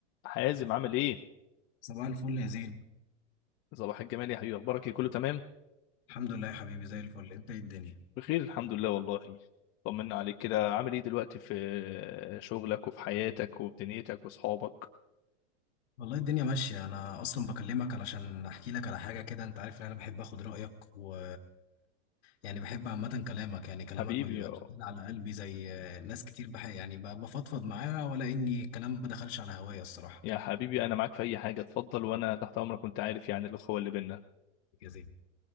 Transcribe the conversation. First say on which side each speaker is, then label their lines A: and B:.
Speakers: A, on the left; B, on the left.
A: حازم عامل ايه؟
B: صباح الفل يا زين
A: صباح الجمال يا حبيبي اخبارك ايه كله تمام؟
B: الحمد لله يا حبيبي زي الفل انت ايه الدنيا
A: بخير الحمد لله والله طمنا عليك كده عامل ايه دلوقتي في شغلك وفي حياتك وفي دنيتك واصحابك
B: والله الدنيا ماشية انا اصلا بكلمك علشان احكي لك على حاجة كده انت عارف ان انا بحب اخد رأيك و يعني بحب عامة كلامك يعني كلامك
A: حبيبي
B: ما بيبقاش
A: يا
B: تقيل على قلبي زي ناس كتير بح... يعني ب- بفضفض معاها ولا اني الكلام ما دخلش على هوايا الصراحة
A: يا حبيبي انا معاك في اي حاجه اتفضل وانا تحت امرك وانت عارف يعني الاخوه اللي بينا
B: يا زين